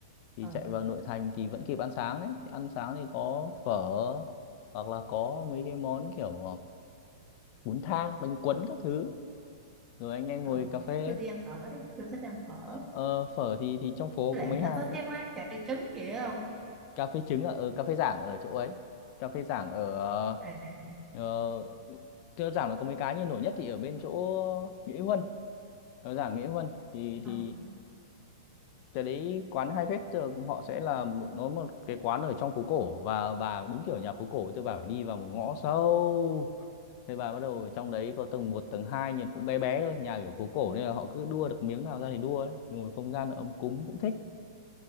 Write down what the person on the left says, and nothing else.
thì
chạy vào nội thành thì vẫn kịp ăn sáng đấy Thì ăn sáng thì có phở hoặc là có mấy cái món kiểu ờ, bún thang bánh cuốn các thứ rồi anh em
ngồi cà phê
Ờ, phở thì thì trong phố
có
mấy hàng
đấy.
Cà phê trứng ở ở cà phê Giảng ở chỗ ấy. Cà phê Giảng ở
ờ, thưa Giảng nó có mấy cái nhưng nổi nhất thì ở bên chỗ Nghĩa Huân. Ở Giảng Nghĩa Huân thì
thì cái đấy quán hay phết thường họ sẽ là một, nó một cái quán ở trong phố cổ và bà đúng kiểu nhà phố cổ tôi bà phải đi vào một ngõ sâu. Thế bà bắt đầu ở trong đấy có tầng một tầng hai nhìn cũng bé bé thôi, nhà kiểu phố cổ nên là họ cứ đua được miếng nào ra thì đua ấy. Ngồi không gian ấm cúng cũng thích.